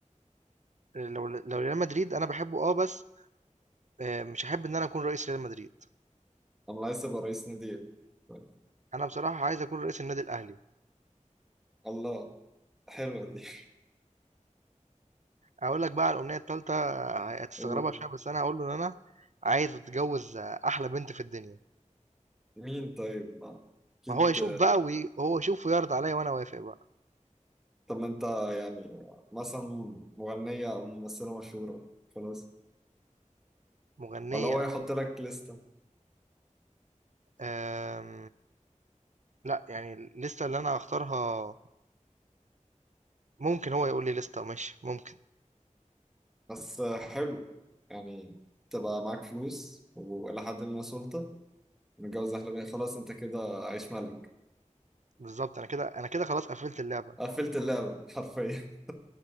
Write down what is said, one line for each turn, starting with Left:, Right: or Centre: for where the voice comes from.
Right: لو لو ريال مدريد انا بحبه اه بس آه، مش هحب ان انا اكون رئيس ريال مدريد
Centre: انا عايز ابقى رئيس نادي إيه؟ طيب.
Right: انا بصراحة عايز اكون رئيس النادي الاهلي
Centre: الله حلوة دي
Right: اقول لك بقى على الامنية التالتة آه،
Centre: <laughs>
Right: هتستغربها
Centre: قول
Right: شوية بس انا هقول له ان انا عايز اتجوز آه، احلى بنت في الدنيا
Centre: مين طيب ما- أكيد
Right: ما هو يشوف بقى وهو يشوف ويعرض عليا وانا وافق بقى
Centre: طب ما أنت يعني مثلا مغنية أو ممثلة مشهورة خلاص
Right: مغنية
Centre: ولا هو
Right: أهو.
Centre: يحط لك لستة
Right: آم، لأ، يعني الليستة اللي أنا هاختارها ممكن هو يقول لي ليستة ماشي، ممكن،
Centre: بس حلو يعني تبقى معاك فلوس وإلى حد ما سلطة متجوز أحلامي خلاص أنت كده عايش ملك
Right: بالضبط أنا كده أنا كده خلاص قفلت اللعبة.
Centre: قفلت اللعبة حرفيا